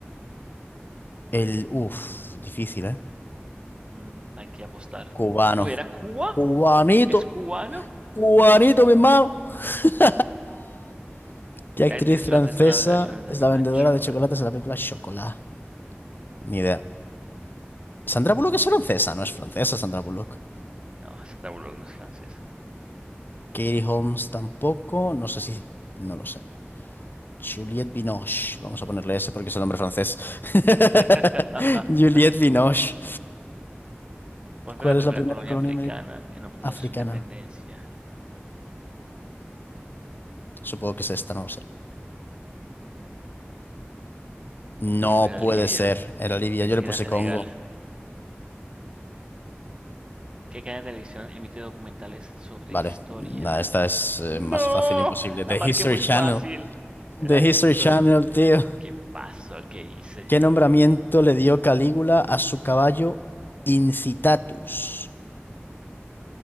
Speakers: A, on the left; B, on the right.
A: El, uff, difícil, ¿eh?
B: Mm, hay que apostar.
A: Cubano.
B: Uy, ¿era Cuba?
A: Cubanito,
B: ¿Es cubano?
A: cubanito,
B: Uf.
A: mi hermano. <laughs> ¿Qué actriz
B: La actriz
A: francesa
B: francesa es la verdad de chocolate en
A: es
B: la película
A: la vendedora
B: Chocolate.
A: de chocolates en la película Chocolat? Ni idea. Sandra Bullock es francesa, no es francesa Sandra Bullock.
B: No, Sandra Bullock no es francesa.
A: Katie Holmes tampoco, no sé si... No lo sé. Juliette Binoche. Vamos a ponerle ese porque es el nombre francés.
B: <laughs>
A: <laughs> Juliette Binoche.
B: ¿Cuál
A: ¿Cuál
B: fue la primera
A: es la primera
B: colonia
A: colonia
B: africana
A: ameri-
B: en obtener
A: africana?
B: su independencia?
A: Supongo que es esta, no lo sé. No
B: Uf, era
A: puede
B: Libia.
A: ser. Era Libia.
B: Pensé
A: Yo le
B: que
A: puse
B: era Senegal.
A: Congo.
B: ¿Qué cadena de televisión emite documentales sobre
A: Vale.
B: historia?
A: Nada, esta es eh,
B: ¡No!
A: más fácil, imposible.
B: La
A: The
B: marqué
A: History
B: muy
A: Channel.
B: fácil. Era
A: The
B: History.
A: History Channel, tío.
B: ¿Qué pasó? ¿Qué hice?
A: ¿Qué nombramiento le dio Calígula a su caballo Incitatus?